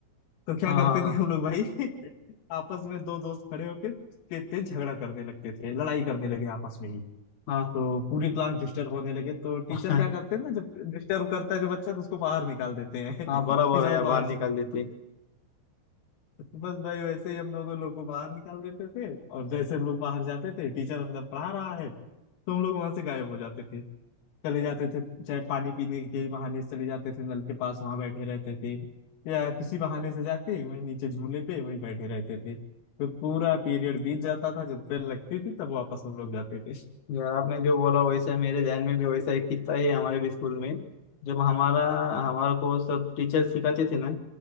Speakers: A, on the left; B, on the left.
A: तो क्या
B: हाँ
A: करते
B: हाँ
A: थे हम लोग भाई <laughs> आपस में दो दोस्त खड़े होकर तेज तेज झगड़ा करने लगते थे लड़ाई करने लगे आपस में ही
B: हाँ
A: तो
B: हाँ
A: पूरी क्लास डिस्टर्ब होने लगे तो टीचर
B: <laughs> हाँ
A: क्या करते हैं ना जब डिस्टर्ब करता है जो बच्चा तो उसको बाहर निकाल देते हैं
B: हाँ
A: <laughs>
B: बराबर
A: कि जाओ
B: है यार
A: बाहर
B: बाहर निकाल
A: जाओ
B: देते
A: बस भाई वैसे ही हम दोनों लोग को बाहर निकाल देते थे और जैसे हम लोग बाहर जाते थे टीचर अंदर पढ़ा रहा है तो हम लोग वहां से गायब हो जाते थे चले जाते थे चाहे पानी पीने के बहाने से चले जाते थे नल के पास वहां बैठे रहते थे या किसी बहाने से जाके वहीं नीचे झूले पे वहीं बैठे रहते थे तो पूरा पीरियड बीत जाता था जब बेल लगती थी तब वापस हम लोग जाते थे
B: यार आपने जो बोला वैसा मेरे ध्यान में भी वैसा एक किस्सा है हमारे भी स्कूल में जब हमारा हमारे
A: <laughs>
B: को सब टीचर सिखाते थे ना